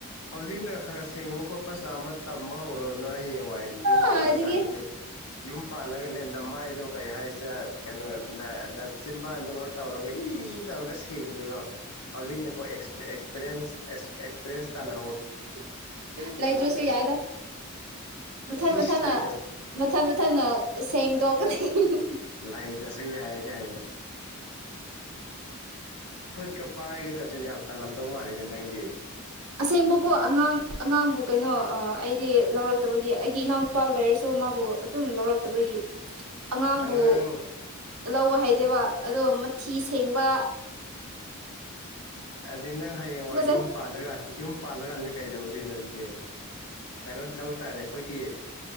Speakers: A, on the left; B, on the right.
A: ꯍꯧꯖꯤꯛꯅ ꯈꯔ ꯁꯦꯡꯕ ꯄꯣꯛꯄ ꯆꯝꯕ ꯇꯝꯃꯣ ꯔꯣꯅꯣꯏ ꯍꯌꯦꯡ ꯍꯥꯏꯅ ꯌꯨꯝ
B: ꯀꯥꯏꯗꯒꯤ
A: ꯄꯥꯜꯂ ꯀꯥꯟꯗꯗꯤ ꯌꯨꯝ ꯄꯥꯜꯂꯒꯅꯦ ꯅꯃꯥꯏꯗꯣ ꯀꯩ ꯍꯥꯏꯁꯤꯅ ꯀꯩꯅꯣ ꯅꯆꯤꯟꯕꯗꯣ ꯇꯧꯔꯒ ꯏ ꯇꯧꯔꯒ ꯁꯦꯡꯉꯤꯅꯤꯀꯣ ꯍꯧꯖꯤꯛꯅꯀꯣ ꯑꯦꯛꯁ ꯑꯦꯛꯁꯄ꯭ꯤꯔꯦꯟ ꯇꯟ
B: ꯂꯩ ꯂꯩꯗ꯭ꯔꯥꯁꯨ ꯌꯥꯏꯗ ꯃꯊꯪ
A: ꯏꯁ
B: ꯃꯊꯪ
A: ꯂꯩꯇ
B: ꯃꯊꯪ ꯃꯊꯪ ꯁꯦꯡꯗꯣꯛꯑꯒꯗꯤ ꯍ
A: ꯂꯥꯏ ꯇꯁꯨ ꯌꯥ ꯀꯥꯏꯅ ꯀ ꯄꯥꯏꯒꯗꯧꯁꯤꯗꯤ ꯌꯥꯝ ꯇꯜꯂꯝꯗꯧ ꯃꯥꯜꯂꯤꯦꯗ ꯅꯪꯗꯤ
B: ꯑꯁꯦꯡꯕꯀꯣ ꯑꯉꯥꯡ ꯑꯉꯥꯡꯕꯨ ꯀꯩꯅꯣ ꯑꯩꯗꯤ ꯂꯧꯔꯛꯇꯕꯒꯤ ꯑꯩꯒꯤ ꯏꯅꯥꯎꯅꯨꯄꯥ ꯂꯩꯔꯁꯨ ꯃꯥꯕꯨ ꯑꯗꯨꯝ ꯂꯧꯔꯛꯇꯕꯒꯤ ꯑꯉꯥꯡꯕꯨ
A: ꯑꯉꯥꯡ
B: ꯂꯧ ꯍꯥꯏ ꯗꯦꯕ ꯑꯗꯣ ꯃꯊꯤ ꯁꯦꯡꯕ
A: ꯑ ꯑꯗꯗꯤ ꯅꯪ ꯍꯌꯦꯡꯋꯥꯏ
B: ꯇꯨꯀꯠꯆꯩ
A: ꯌꯨꯝ ꯄꯥꯜꯂꯒ ꯌꯨꯝ ꯄꯥꯜꯂꯀꯥꯟꯗꯗꯤ ꯀꯩꯗꯧꯗꯣꯏꯅꯣꯗꯤ ꯀꯩꯅꯣ ꯂꯧꯕ ꯇꯥꯔꯦ ꯑꯩꯈꯣꯏꯒꯤ